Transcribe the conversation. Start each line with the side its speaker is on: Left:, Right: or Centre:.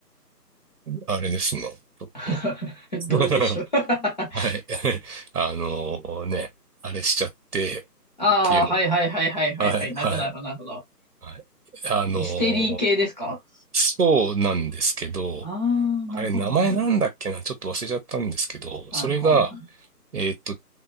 Right: あれですね。ちょっと。
Left: <laughs> どれでしょう
Right: <laughs>
Left: <laughs>
Right: はい。<laughs> あのね、あれしちゃってっていうの。
Left: ああ、はいはいはいはいはいはい。
Right: はい、
Left: なるほどなるほどなるほど。
Right: はい、はい。あの
Left: ミステリー系ですか
Right: そうなんですけど、
Left: ああー、
Right: あれ名前なんだっけな、
Left: なるほどなるほど。
Right: ちょっと忘れちゃったんですけど、
Left: はいはいはい。
Right: それが、えっと、